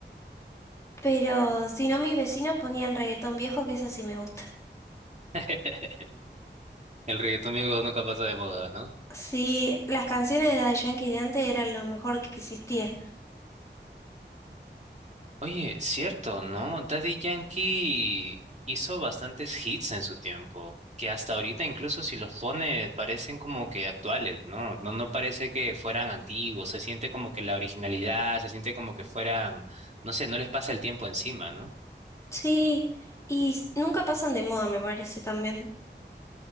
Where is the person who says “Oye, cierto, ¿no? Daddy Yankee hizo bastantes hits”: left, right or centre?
Right